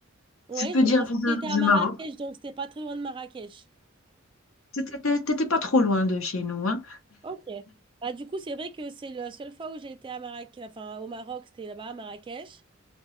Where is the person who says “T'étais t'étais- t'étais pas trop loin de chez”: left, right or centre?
Left